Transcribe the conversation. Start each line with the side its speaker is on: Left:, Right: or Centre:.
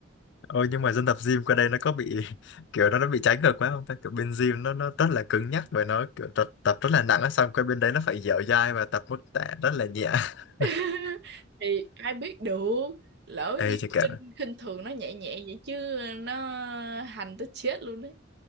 Left: Ôi nhưng mà dân tập gym qua đây nó có bị <laughs> kiểu nó nó bị trái ngược quá không ta kiểu bên gym nó nó rất là cứng nhắc và nó kiểu tập, tập rất là nặng á xong qua bên đấy nó phải dẻo dai và tập mức tạ rất là nhẹ <laughs>
Right: <laughs> Thì ai biết được. Lỡ
Left: Ê
Right: như
Left: chị cảm
Right: khinh khinh thường nó nhẹ nhẹ vậy chứ ờ, nó hành tới chết luôn đấy.